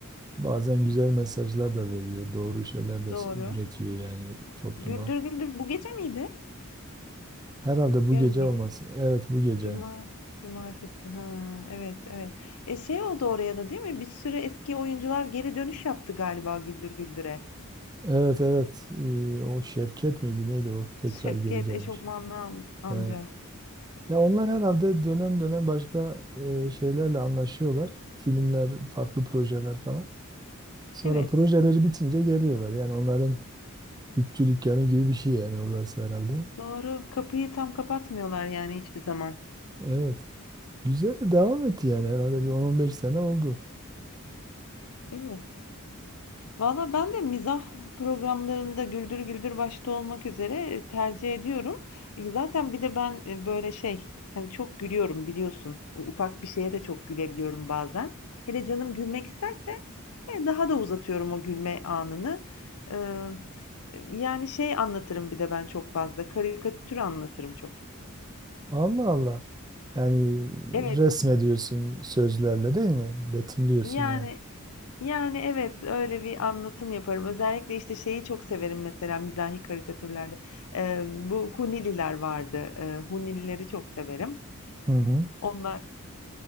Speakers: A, on the right; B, on the left.
A: bazen güzel mesajlar da veriyor, doğru şeyler de
B: doğru.
A: üretiyor yani topluma.
B: Güldür Güldür bu gece miydi?
A: Herhalde bu
B: Yarın
A: gece olmasın. Evet bu gece.
B: Cuma, cumartesi. Ha, evet, evet. E şey oldu oraya da değil mi? Bir sürü eski oyuncular geri dönüş yaptı galiba Güldür Güldür'e.
A: Evet evet. Ee, o Şevket miydi neydi o? Tekrar
B: Şevket
A: geri gelmiş.
B: Eşofmanlı am- amca.
A: Ee, ya onlar herhalde dönem dönem başka e, şeylerle anlaşıyorlar. Filmler, farklı projeler falan. Sonra
B: Evet,
A: projeleri bitince geliyorlar. Yani onların bütçü dükkanı gibi bir şey yani orası herhalde.
B: doğru. Kapıyı tam kapatmıyorlar yani hiçbir zaman.
A: Evet. Güzel de devam etti yani herhalde bir 10-15 sene oldu.
B: Evet. Valla ben de mizah programlarında Güldür Güldür başta olmak üzere e, tercih ediyorum. E, Zaten bir de ben e, böyle şey hani çok gülüyorum biliyorsun. Ufak bir şeye de çok gülebiliyorum bazen. Hele canım gülmek isterse Eee, daha da uzatıyorum o gülme anını. Eee, yani şey anlatırım bir de ben çok fazla, karikatür anlatırım çok.
A: Allah Allah. Yani
B: Evet,
A: resmediyorsun sözlerle değil mi? Betimliyorsun
B: yani
A: yani.
B: yani evet öyle bir anlatım yaparım. Özellikle işte şeyi çok severim mesela mizahi karikatürlerde. Eee, bu Hunililer vardı. Eee Hunilileri çok severim.
A: Hı hı.
B: Onlar